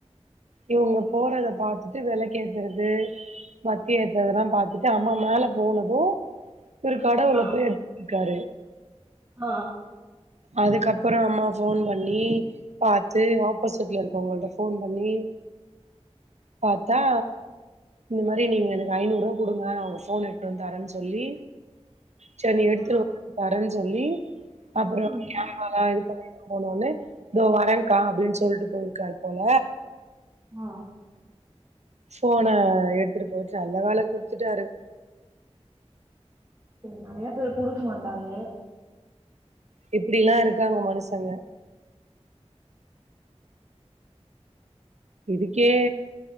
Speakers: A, on the right (about 80°); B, on the right (about 25°).
A: இவங்க போறத பாத்துட்டு வெல கேக்கறது வத்தி ஏத்துனதெல்லா பாத்துட்டு அம்மா மேல போனது ஒரு கடவுள
B: ஆ
A: போய் எடுத்துருகாரு
B: ஆ
A: அதுகப்பற அம்மா ஃபோன் பண்ணி பாத்து ஆப்போசிட்ல இருக்கவங்கள்ட்ட ஃபோன் பண்ணி பாத்தா இந்த மாரி நீங்க எனக் ஐநூரூவா குடுங்க உங்க ஃபோன் எட்த்துட்டு வந்து தரேன் சொல்லி செரி நீ எடுத்துட்டு
B: ஆ
A: போ தரேன் சொல்லி அப்புறோ
B: ம்
A: கேமராலா இது பண்ணி போனுன்னு இதோ வரேங்கா அப்டின் சொல்ட்டு போய்ருக்காார் போல
B: ஆ
A: ஃபோன எடுத்துட்டு போய்ட்டு நல்ல வேல குடுத்துடாரு
B: நெறைய பேரு குடுக்க மாட்டானே
A: இப்டிலா இருகாங்க மனுசங்க இதுக்கே